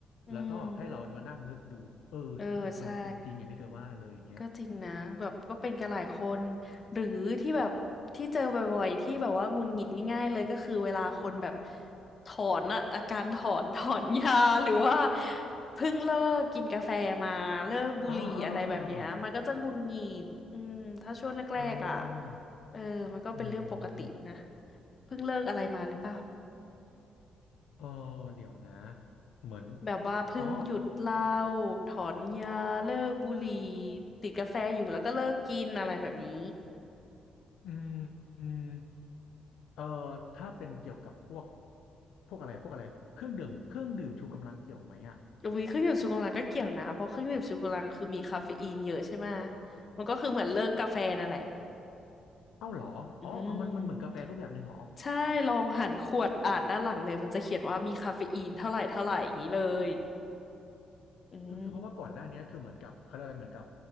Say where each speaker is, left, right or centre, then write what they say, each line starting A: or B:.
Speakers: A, on the left; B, on the left.
A: อืม
B: แล้วก็ให้เรามานั่งนึกดูเออใช่มันเป็นจริงอย่างที่เธอว่าเลยอย่างเงี้ย
A: เออใช่ ก็จริงนะแบบก็เป็นกันหลายคนหรือที่แบบที่เจอบ่อยๆที่แบบว่าหงุดหงิดง่ายๆเลยก็คือเวลาคนแบบถอนอะอาการถอน <laughs> ถอนยาหรือว่าเพิ่งเลิกกินกาแฟมาเลิกบุหรี่อะไรแบบเนี้ยมันก็จะหงุดหงิดอืมถ้าช่วงแรกๆอ่ะ
B: อ่าอ่าอ่าอ๋อ
A: เออมันก็เป็นเรื่องปกตินะ
B: อืม
A: เพิ่งเลิกอะไรมาหรือเปล่า
B: เออเดี๋ยวนะ เหมือน
A: แบบว่าเพิ่งหยุดเหล้า
B: อ๋อ
A: ถอนยาเลิกบุหรี่ติดกาแฟอยู่แล้วก็เลิกกินอะไรแบบนี้
B: อืมอืมเออถ้าเป็นเกี่ยวกับพวกพวกอะไรพวกอะไร เครื่องดื่ม เครื่องดื่มชูกำลังเกี่ยวไหมอ่ะ
A: อุ้ยเครื่องดื่มชูกำลังก็เกี่ยวนะเพราะเครื่องดื่มชูกำลังคือมีคาเฟอีนเยอะใช่ไหมะมันก็คือเหมือนเลิกกาแฟนั่นแหละ
B: เอ้าเหรออ๋อมันมันเหมือนกาแฟรูปแบบหนึ่งเหรอ
A: อืมใช่ลองหันขวดอ่านด้านหลังเลยมันจะเขียนว่ามีคาเฟอีนเท่าไหร่เท่าไหร่อย่างนี้เลยอืม
B: คือคือเพราะว่าก่อนหน้าเนี้ยคือเหมือนกับเขาเรียกอะไรเหมือนกับ